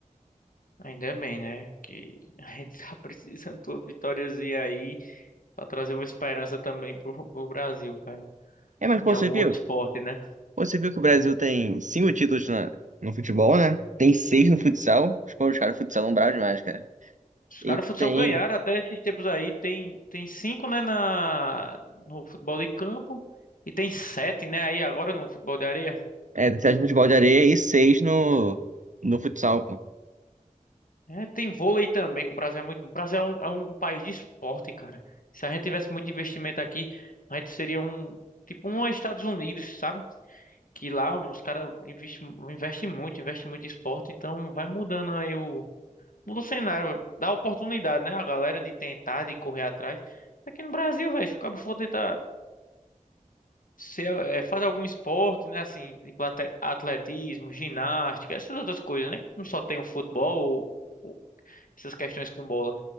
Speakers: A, on the left (about 85°); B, on the right (about 65°).
A: Ainda é bem, né? Que a gente tá <laughs> precisando de uma vitóriazinha aí pra trazer uma esperança também pro, pro Brasil, cara.
B: É, mas pô,
A: Em algum
B: você viu?
A: outro esporte, né?
B: Você viu que o Brasil tem cinco títulos na- no futebol, né? Tem seis no futsal. Os pô, os caras futsal são bravos demais, cara.
A: Os
B: E
A: caras do futsal
B: tem,
A: ganharam até esses tempos aí. Tem, tem cinco, né, na, no futebol de campo. E tem sete, né, aí agora no futebol de areia.
B: é, tem sete no futebol de areia e seis no, no futsal, pô.
A: É, tem vôlei também, que o Brasil é muito. O Brasil é um, é um país de esporte, cara. Se a gente tivesse muito investimento aqui, a gente seria um. Tipo um Estados Unidos, sabe? Que lá os caras investem, investem muito, investem muito em esporte, então vai mudando aí o. Muda o cenário, dá oportunidade, né? A galera de tentar, de correr atrás. Aqui no Brasil, velho, se o cabo for tentar. se é, é, faz algum esporte, né? Assim, tipo ate- atletismo, ginástica, essas outras coisas, né? Não só tem o futebol ou, ou essas questões com bola.